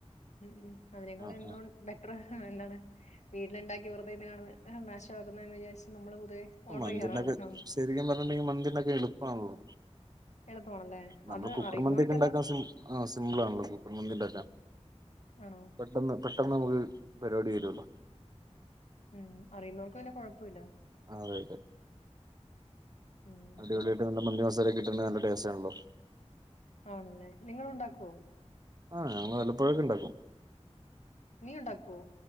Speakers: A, on the left; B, on the right.
A: ഉം ഉം ഉ അതിനേക്കാളും
B: ആ
A: എല്ലാം
B: ആ
A: ബെറ്ററ് ആ എന്താണ് വീട്ടില്ണ്ടാക്കി വെറുതെ എന്തിനാണ് നാശാക്കുന്നേന്ന് വിചാരിച്ചു നമ്മള് പൊതുവെ ഓർഡർ
B: മന്തിണ്ടാക്ക
A: ചെയ്യാറാണ്
B: ശരിക്കും പറഞ്ഞിട്ടുണ്ടെങ്കിൽ മന്തിണ്ടാക്കാ എളുപ്പാണല്ലോ
A: എളുപ്പമാണല്ലേ
B: നമ്മള്
A: അത്
B: കുക്കർ
A: അറിയുന്നവർക്കെല്ലാം
B: മന്തിക്കെ ഉണ്ടാക്കാൻ സിം ആ സിമ്പിൾ ആണല്ലോ കുക്കർ മന്തി ഉണ്ടാക്കാൻ
A: ആണോ
B: പെട്ടെന്ന് പെട്ടെന്ന് നമുക്ക് പരിപാടി വരുല്ലോ
A: ഉംഹ് അറിയ്ന്നൊർക്ക് പിന്നെ കൊഴപ്പില്ല
B: ആ അതെ അതെ
A: ഉം
B: അടിപൊളിയാട്ട്
A: പിന്നെ
B: നല്ല മന്തി മസാലേക്കിട്ട് തിന്നാ നല്ല ടേസ്റ്റാണല്ലോ
A: ആണല്ലേ നിങ്ങളുണ്ടാകോ
B: ആഹ് ഞങ്ങള് വല്ലപ്പോഴെക്കെ ഉണ്ടാക്കും
A: നീ ഉണ്ടാക്കുവൊ